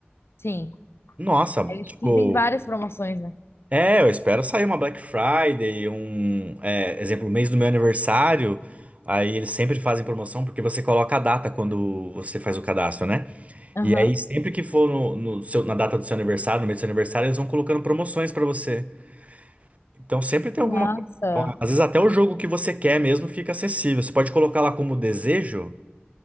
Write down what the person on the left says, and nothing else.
Sim.
A Steam
tem várias promoções, né?
Aham.
Massa.